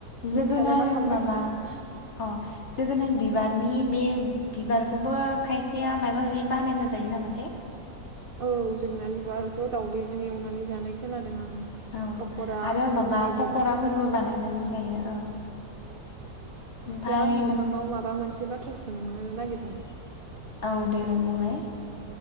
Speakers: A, on the right (about 80°); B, on the left (about 45°).
A: नोंथाङालाय
B: जोगोनार
A: मा खालामगासिनो
B: माबा अ जोगोनार बिबारनि बे बिबारखौबो खायसेया माबा माबि बानायना जायो नामाथाय?
A: औ जोगोनार बिबारखौ दावदैजों एवनानै जानाय खोनादों आङो।
B: औ
A: पक'रा
B: आरो
A: बेफोरबायदिबो
B: माबा पक'राफोरबो बानायनानै जायो औ। ओमफाय
A: दे आं नोंथांनाव
B: नों
A: माबा मोनसे बाथ्रा सोंनो नागिरदों?
B: औ देलाय बुंलाय।